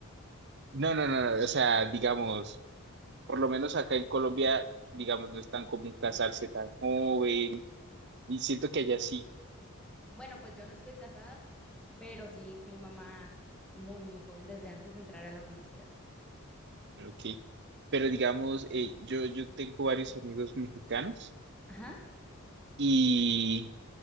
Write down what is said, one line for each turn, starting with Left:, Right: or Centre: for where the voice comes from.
Right: No, no, no, no, o sea, digamos. por lo menos acá en Colombia, digamos, no es tan común casarse tan joven y siento que allá sí,
Centre: Bueno, pues yo no estoy casada, pero sí fui mamá muy, muy joven desde antes de entrar a la universidad.
Right: ok. Pero digamos, eh, yo, yo tengo varios amigos mexicanos
Centre: Ajá,
Right: y